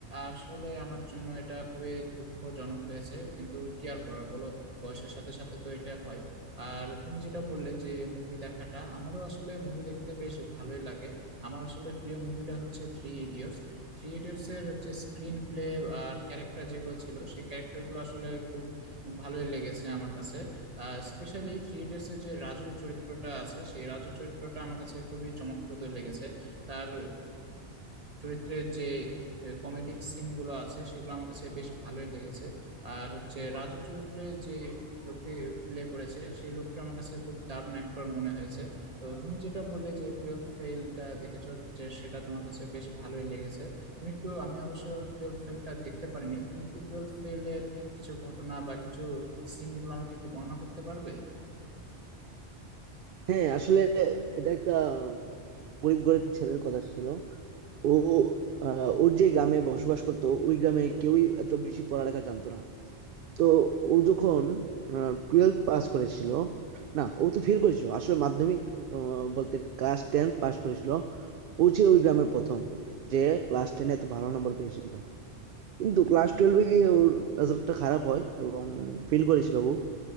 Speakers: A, on the right (about 35°); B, on the right (about 60°).
A: আসলে আমার জন্য এটা খুবই দুঃখজনক হয়েছে কিন্তু কি আর করার বলো বয়সের সাথে সাথে তো এটা হয় আর তুমি যেটা বললে যে মুভি দেখাটা আমারও আসলে মুভি দেখতে বেশ ভালোই লাগে আমার আসলে প্রিয় মুভিটা হচ্ছে থ্রি ইডিয়টস থ্রি ইডিয়টস এর হচ্ছে স্ক্রিন প্লে আর ক্যারেক্টার যেগুলো ছিল সেই ক্যারেক্টার গুলো আসলে খুব ভালোই লেগেছে আমার কাছে স্পেশালি থ্রি ইডিয়টস এর যে রাজু চরিত্রটা আছে সেই রাজু চরিত্রটা আমার কাছে খুবই চমকপ্রদ লেগেছে তার চরিত্রের যে কমেডিক সিন গুলো আছে সেগুলো আমার কাছে বেশ ভালোই লেগেছে আর হচ্ছে রাজু চরিত্রে যে লোকটি প্লে করেছে সেই লোকটা আমার কাছে খুব দারুণ অ্যাক্টর মনে হয়েছে তো তুমি যেটা বললে যে টুয়েলভ ফেলটা দেখেছো যে সেটা তোমার কাছে বেশ ভালোই লেগেছে তুমি একটু আমি অবশ্য টুয়েলভ ফেলটা দেখতে পারিনি তুমি একটু টুয়েলভ ফেলের কিছু ঘটনা বা কিছু সিনগুলো আমাকে একটু বর্ণনা করতে পারবে
B: হ্যাঁ আসলে এটা একটা গরিব ঘরের ছেলের কথা ছিল ও আহ, ওর যে গ্রামে বসবাস করতো ওই গ্রামে কেউই এত বেশি পড়ালেখা জানতো না তো ও যখন টুয়েলভ পাস করেছিল না ও তো ফেল করেছিল আসলে মাধ্যমিক আহ, বলতে ক্লাস টেন পাস করেছিল ও ছিল ওই গ্রামের প্রথম যে ক্লাস টেনে এত ভালো নম্বর পেয়েছিল কিন্তু ক্লাস টুয়েলভে গিয়ে ওর রেজাল্টটা খারাপ হয় এবং ফেল করেছিল ও